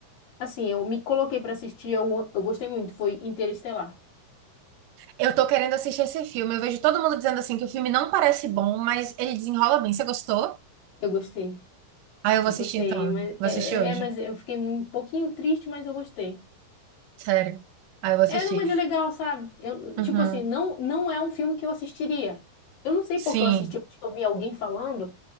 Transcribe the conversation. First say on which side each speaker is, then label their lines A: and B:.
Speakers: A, on the left; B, on the right.
A: Assim, eu me coloquei pra assistir, eu, eu gostei muito, foi Interestelar.
B: eu tô querendo assistir esse filme. Eu vejo todo mundo dizendo assim que o filme não parece bom, mas ele desenrola bem. Você gostou?
A: Eu gostei,
B: Aí eu vou
A: eu
B: assistir
A: gostei,
B: então.
A: mas
B: Vou
A: é,
B: assistir hoje.
A: é, mas eu fiquei um pouquinho triste, mas eu gostei.
B: Sério. Aí eu vou assistir.
A: É, não, mas é legal, sabe? Eu,
B: Uhum.
A: tipo assim, não, não é um filme que eu assistiria. Eu não sei
B: Sim.
A: porque eu assisti, eu acho que eu vi alguém falando,